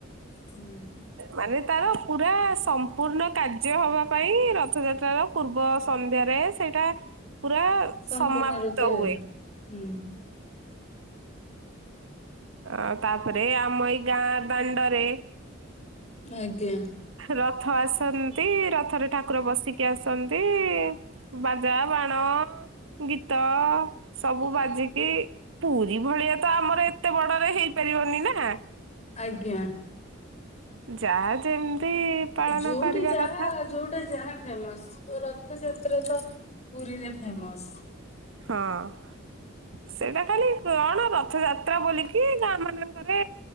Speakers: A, on the left (about 35°); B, on the right (about 80°).
A: ହୁଁ ହୁଁ।
B: ମାନେ ତାର ପୁରା ସମ୍ପୂର୍ଣ୍ଣ କାର୍ଯ୍ୟ ହବା ପାଇଁ ରଥଯାତ୍ରାର ପୂର୍ବ ସନ୍ଧ୍ୟାରେ ସେଇଟା ପୁରା
A: ସମ୍ପୂର୍ଣ୍ଣ
B: ସମାପ୍ତ
A: ରୂପେ
B: ହୁଏ।
A: ହୁଁ ହୁଁ।
B: ଆ ତାପରେ ଆମ ଏଇ ଗାଁ ଦାଣ୍ଡରେ
A: ଆଜ୍ଞା।
B: ରଥ ଆସନ୍ତି, ରଥରେ ଠାକୁର ବସିକି ଆସନ୍ତି। ବାଜା, ବାଣ, ଗୀତ ସବୁ ବାଜିକି ପୁରୀ ଭଳିଆ ତ ଆମର ଏତେ ବଡରେ ହେଇପାରିବନି ନା!
A: ଆଜ୍ଞା।
B: ଯାହା ଯେମିତି ପାଳନ
A: ଯୋଉଠି
B: କରିବା
A: ଯାହା
B: କଥା
A: ଯୋଉଟା ଯାହା ଫେମସ୍। <unintelligible> ରଥଯାତ୍ରା ତ ପୁରୀରେ ଫେମସ୍।
B: ହଁ। ସେଇଟା ଖାଲି କଣ ରଥଯାତ୍ରା ବୋଲିକି ଗାଁ ମାନଙ୍କରେ